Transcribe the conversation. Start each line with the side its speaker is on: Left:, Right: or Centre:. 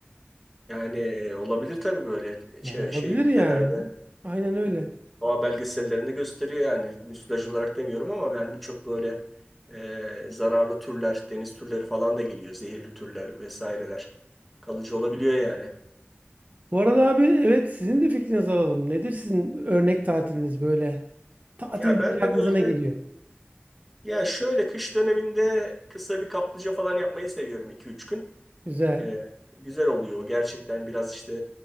Centre: Yani e, olabilir tabii böyle
Right: Yani
Centre: şey,
Right: olabilir
Centre: şey ülkelerde.
Right: yani. Aynen öyle.
Centre: Evet. Doğa belgesellerinde gösteriyor yani. Müsilaj olarak demiyorum ama yani birçok böyle e, zararlı türler, deniz türleri falan da geliyor. Zehirli türler vesaireler. Kalıcı olabiliyor yani.
Right: Bu arada abi evet sizin de fikrinizi alalım. Nedir sizin örnek tatiliniz böyle? Tatil
Centre: Ya
Right: deyince
Centre: ben de
Right: aklınıza
Centre: böyle
Right: ne geliyor?
Centre: ya şöyle kış döneminde kısa bir kaplıca falan yapmayı seviyorum iki üç gün.
Right: Güzel.
Centre: E, güzel oluyor. Gerçekten biraz işte